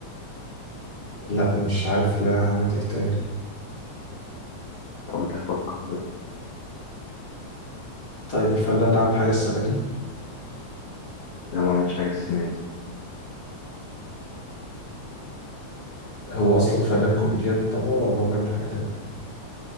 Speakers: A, on the left; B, on the left.
A: لا مش عارف لا عملت ايه تاني
B: حاولت أفكر لا
A: طيب الفنان ده عامل حاجة السنة دي
B: لا، ما عملتش حاجة السنة دي
A: هو أصلا فنان كوميديان بطبعه ولا هو بيعمل حاجة تانية